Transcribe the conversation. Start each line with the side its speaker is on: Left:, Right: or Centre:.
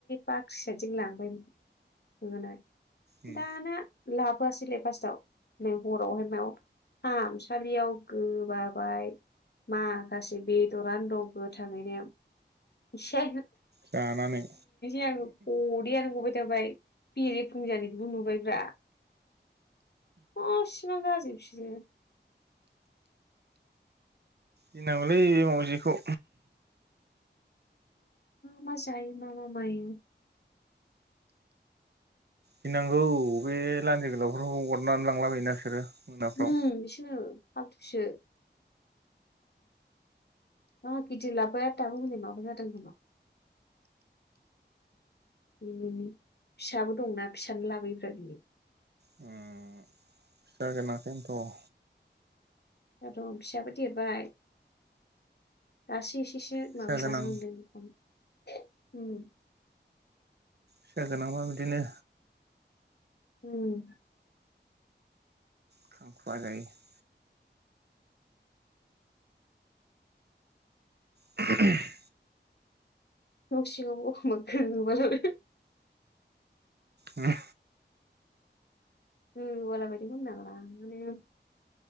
Left: बाख्रि सायदिं लांबाय होमबाना।
Right: उम
Left: दाना लाबोआसैलै फास्स्टआव नै हरावहाय मायाव खामसालियाव गोबाबाय। माखासे बेदरानो दं गोथाङैनो एसे
Right: जानानै
Left: गदैयानो गबाय थाबाय बेरेफुं जानायखौबो नुबायब्रा। मावबिबान गाज्रि बिसोरो
Right: गिनांगौलै बे मावजिखौ
Left: मा जायो मामा मायो।
Right: फिनांगौ बे लान्जि गोलावफोरखौ अरनानै लांला बाययो ना बिसोरो। मोनाफ्राव
Left: उम बिसनो फालथुसो। मा गिदिर लाबोबाय आथाबो हनै माबा जादों होनोमा। फिसाबो दंनाा फिसानो लाबोयोफ्रा बियो।
Right: उम। जागोन खौनोथ'।
Left: दा दं फिसायाबो देरबाय दासो एसेसो
Right: फिसा
Left: माबा
Right: गोनां
Left: जाहां होनदों। उम।
Right: फिसा गोनांबा बिदिनो।
Left: उम।
Right: <inaudible> <inaudible>
Left: न' सिङावबो एखमबा गोबालाङो।
Right: उम।
Left: <unintelligible>